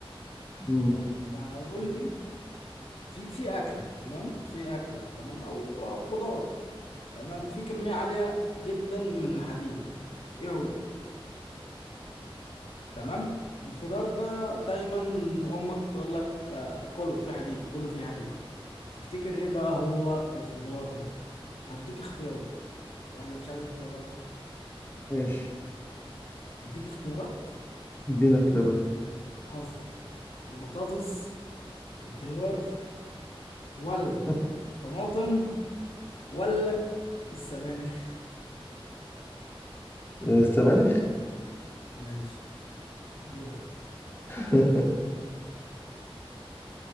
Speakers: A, on the left; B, on the left.
A: مم.
B: طب قول لي في في اكله تمام في اكله تمام او خضار تمام في كميه عاليه جدا من الحديد ايه هو تمام الخضار ده دايما امك تقول لك آه، كله في حديد كله في حديد تفتكر ايه بقى هو الخضار ده هديك اختيارات ولا مش عايز اختيارات
A: ماشي
B: هديك اختيارات
A: ادينا اختيارات
B: تهزر البطاطس الخيار ولا
A: <laughs>
B: الطماطم ولا السبانخ
A: السبانخ
B: ماشي دورك
A: <laughs>